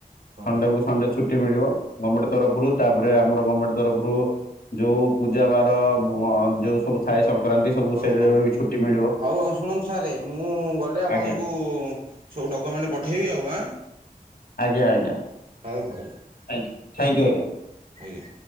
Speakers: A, on the right; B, on the left.
A: ହଁ ହଁ
B: ସଣ୍ଡେ କୁ ସଣ୍ଡେ ଛୁଟି ମିଳିବ ଗମେଣ୍ଟ ତରଫରୁ। ତାପରେ ଆମର ଗମେଣ୍ଟ ତରଫରୁ ଯୋଉ ପୂଜା ବାର ଅଁ, ଯୋଉ ସବୁ ଥାଏ ସ କରାନ୍ତି ସବୁ
A: ହଉ
B: ସେଇରେ
A: ହଉ
B: ବି ଛୁଟି ମିଳିବ।
A: ହଉ ଆଉ ଶୁଣନ୍ତୁ ସାର୍ ମୁଁ ଗଲେ ଆପଣଙ୍କୁ
B: ଆଜ୍ଞା
A: ସବୁ ଡକ୍ୟୁମେଣ୍ଟ ପଠାଇବି ଆଉ ଆଁ?
B: ଆଜ୍ଞା, ଆଜ୍ଞା।
A: ହଉ ହଉ।
B: ଥୁ ଥଙ୍କୟୁ, ଆଜ୍ଞା।
A: ଆଜ୍ଞା।